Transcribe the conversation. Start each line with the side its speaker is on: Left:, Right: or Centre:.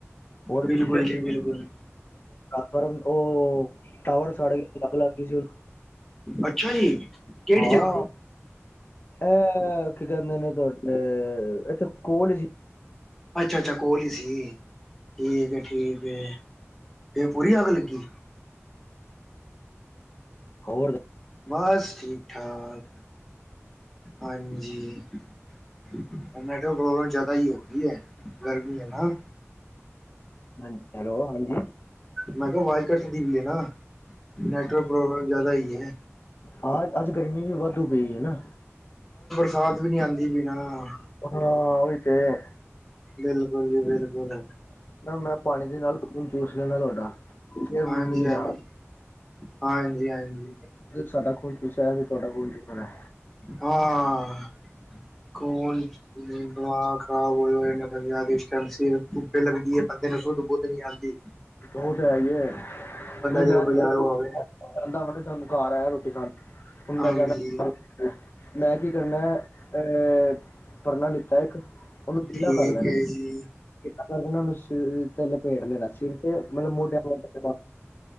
Left: ਹੋਰ
Centre: ਬਿਲਕੁਲ
Left: ਪਿਛਲੇ
Centre: ਜੀ ਬਿਲਕੁਲ
Left: ਪਰ ਓਹ ਟਾਵਰ ਸਾੜ ਗਿਆ ਅੱਗ ਲੱਗ ਗਈ ਸੀ ਉਹਨੂੰ।
Centre: ਅੱਛਾ ਜੀ ਕਿਹੜੀ
Left: ਹਾਂ
Centre: ਜਗ੍ਹਾ
Left: ਇਹ ਕੀ ਕਹਿੰਦੇ ਨੇ ਤੁਹਾਡੇ? ਇੱਥੇ ਕੋਲ ਈ ਸੀ।
Centre: ਅੱਛਾ, ਅੱਛਾ ਕੋਲ ਹੀ ਸੀ ਠੀਕ ਏ, ਠੀਕ ਏ। ਫੇਰ ਪੂਰੀ ਅੱਗ ਲੱਗੀ।
Left: ਹੋਰ?
Centre: ਬਸ ਠੀਕ ਠਾਕ। ਹਾਂਜੀ ਨੈਟਵਰਕ ਪ੍ਰੋਬਲਮ ਜ਼ਿਆਦਾ ਹੀ ਹੋ ਗਈ ਐ ਗਰਮੀ ਹੈ ਨਾ।
Left: ਹਾਂ, ਹੈਲੋ ਹਾਂਜੀ।
Centre: ਮੈਂ ਕਿਹਾ ਆਵਾਜ਼ ਕਟਦੀ ਵੀ ਹੈ ਨਾ ਨੈਟਵਰਕ ਪ੍ਰੋਬਲਮ ਜਿਆਦਾ ਹੀ ਹੈ।
Left: ਆਹ ਅੱਜ ਗਰਮੀ ਵੀ ਵਾਧੂ ਪਈ ਏ ਨਾ।
Centre: ਸਵਾਦ ਵੀ ਨਈ ਆਉਂਦੀ ਵੀ ਨਾਂ।
Left: ਹਾਂ ਈ ਤੇ ਹੈ।
Centre: ਬਿਲਕੁਲ ਜੀ ਬਿਲਕੁਲ
Left: ਮੈਂ ਪਾਣੀ ਦੇ ਨਾਲ ਖੂਨ ਚੂਸ ਲੈਣਾ ਤੁਹਾਡਾ। ਫੇਰ ਮੀਂਹ
Centre: ਹਾਂਜੀ ਹਾਂਜੀ
Left: ਦਾ
Centre: ਹਾਂਜੀ ਹਾਂਜੀ
Left: ਸਡਾ ਖੂਨ ਚੁਸਿਆ ਹੁਣ ਅਸੀਂ ਤੁਆਡਾ ਖੂਨ ਚੂਸਨਾ।
Centre: ਹਾਂਅ! ਕੌਣ ਦਿਮਗ ਖਰਾਬ? <inaudible> ਧੁੱਪ ਲੱਗਦੀ ਹੈ ਬੰਦੇ ਨੂੰ ਸੁੱਧ ਬੁੱਧ ਨੀ ਆਦੀ।
Left: ਉਹ ਤੇ ਹੈ ਹੀ ਹੈ ਬਈ
Centre: ਜਦੋਂ
Left: ਮੈਂ
Centre: ਬਾਜ਼ਾਰੋਂ
Left: ਕਹਿੰਦਾ
Centre: ਆਵੇ
Left: ਮ ਸਾਨੂੰ ਘਰ ਆਇਆ ਰੋਟੀ ਖਾਣ। ਹੁਣ
Centre: ਹਾਂਜੀ।
Left: ਮੈਂ ਜਾਣਾ ਮੈਂ ਕੀ ਕਰਨਾ ਅਹ ਪੜ੍ਹਨਾ ਲਿਖ ਇੱਕ ਉਹਨੂੰ ਗਿੱਲਾ
Centre: ਠੀਕ
Left: ਕਰ ਲੈਣਾ
Centre: ਹੈ
Left: ਗਿੱਲਾ
Centre: ਜੀ
Left: ਕਰਕੇ ਉਹਨੂੰ ਸਿਰ ਤੇ ਲਪੇਟ ਲੈਣਾ ਸਿਰ ਤੇ ਮਤਲਬ ਮੋਟਿਆਂ ਮੋੇ